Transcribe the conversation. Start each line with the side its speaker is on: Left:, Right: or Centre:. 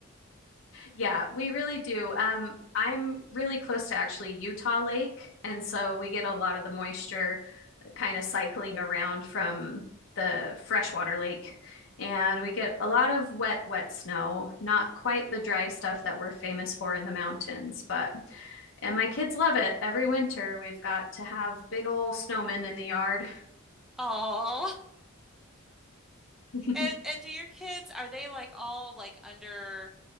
Left: Yeah, we really do. Um, I'm really close to actually Utah Lake, and so we get a lot of the moisture uh, kind of cycling around from the freshwater lake. And we get a lot of wet, wet snow, not quite the dry stuff that we're famous for in the mountains, but and my kids love it. Every winter, we've got to have big old snowmen in the yard.
Centre: Oh,
Left: <laughs>
Centre: and and do your kids, are they like all like under